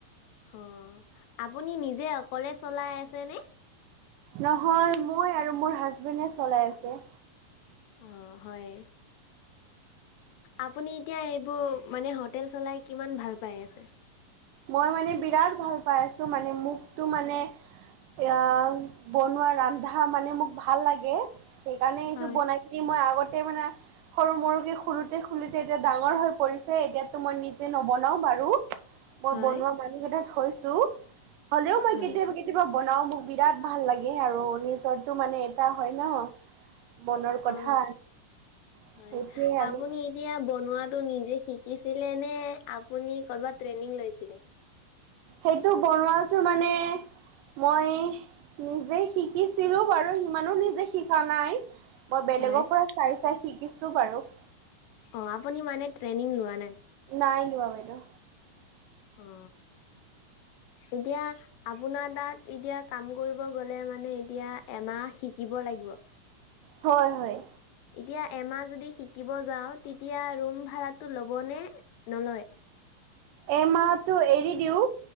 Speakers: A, on the left (about 85°); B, on the right (about 80°).
A: অ', আপুনি নিজে অকলে চলাই আছে নে?।
B: নহয়, মই আৰু মোৰ হাজবেণ্ডে চলাই আছে।
A: অ', হয়। আপুনি এতিয়া এইবোৰ, মানে হোটেল চলাই কিমান ভাল পাই আছে?।
B: মই মানে, বিৰাট ভাল পাই আছো মানে, মোকতো মানে এ বনোৱা, ৰান্ধা মানে মোক ভাল লাগে। সেইকাৰণে এইটো
A: হয়,
B: বনাই কিনি মই আগত য়া মানে, সৰু-সৰুকে খোলোতে-খোলোতে এতিয়া ডাঙৰ হৈ পৰিছে। এতিয়াতো মই নিজে নবনাও ও, মই
A: হয়।
B: বনুৱা মানুহ কেইটা থৈছো, হলেও মই
A: হয়।
B: কেতিয়াবা, কেতিয়াবা বনাও, মোক বিৰাট ভাল লাগে আৰু নিজৰো মানে এটা হয় ন'। মনৰ কথা
A: অ',
B: সেইটোৱে
A: হয়,
B: আৰু
A: আপুনি এতিয়া বনোৱাত নিজে শিকিছিলে নে, আপুনি কৰবাত ট্ৰেইনিং লৈছিলে?।
B: সেইটো বনোৱাটো মানে মই, নিজে শিকিছিলো বাৰু ইমানো নিজে শিকা নাই। মই, বেলেগৰ
A: হয়।
B: পৰা চাই চাই শিকিছো বাৰু।
A: অ', আপুনি মানে ট্ৰেইনিং লোৱা নাই?
B: নাই লোৱা বাইদেউ।
A: অ'। এতিয়া, আপোনাৰ তাত এতিয়া কাম কৰিব গ'লে মানে, এতিয়া এমাহ শিকিব লাগিব।
B: হয়-হয়।
A: এতিয়া এমাহ যদি শিকিব যাও, তেতিয়া ৰুম ভাড়াটো ল'বনে, নলয়? <inaudible>
B: এমাহটো এৰি দিও,